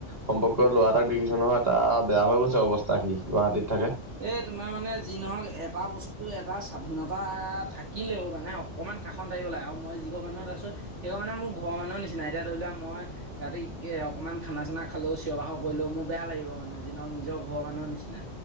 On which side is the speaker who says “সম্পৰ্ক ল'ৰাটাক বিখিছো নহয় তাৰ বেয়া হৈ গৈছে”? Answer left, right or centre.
Right